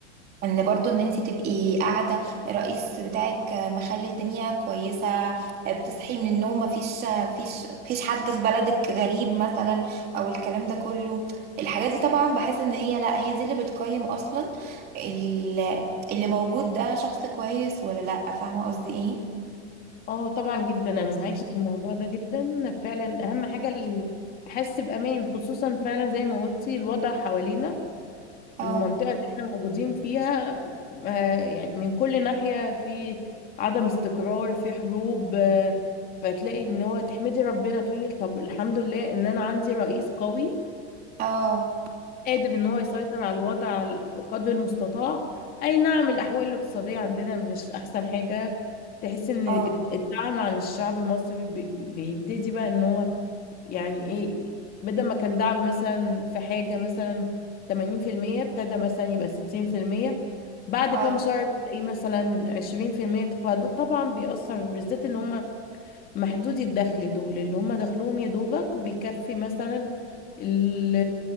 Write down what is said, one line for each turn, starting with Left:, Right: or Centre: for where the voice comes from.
Right: ان برضو ان انت تبقي قاعده الرئيس بتاعك مخلي الدنيا كويسه بتصحي من النوم مفيش مفيش مفيش حد في بلدك غريب مثلا او الكلام ده كله الحاجات دي طبعا بحس ان هي لا هي دي اللي بتقيم اصلا ال- اللي موجود ده شخص كويس ولا لا فاهمه قصدي ايه
Left: اه طبعا جدا أنا معاكي في الموضوع ده جدا فعلا أهم حاجة ال- أحس بأمان خصوصا فعلا زي ما قلتي الوضع حوالينا
Right: اه
Left: المنطقة اللي احنا موجودين فيها آه، يعني من كل ناحية في عدم استقرار في حروب آه، فتلاقي ان هو تحمدي ربنا تقولي طب الحمد لله ان انا عندي رئيس قوي
Right: اه
Left: قادر ان هو يسيطر على الوضع على- بقدر المستطاع اي نعم الاحوال الاقتصادية عندنا مش احسن حاجة تحس ان
Right: اه
Left: الد- الدعم عن الشعب المصري بي- بيبتدي بقى ان هو يعني ايه بدل ما كان دعم مثلا في حاجة مثلا 80% ابتدى مثلا يبقى 60% بعد
Right: اه
Left: كام شهر تلاقيه مثلا 20% فده طبعا بيأثر بالذات ان هم محدودي الدخل دول اللي هم دخلهم يا دوبك بيكفي مثلا ال-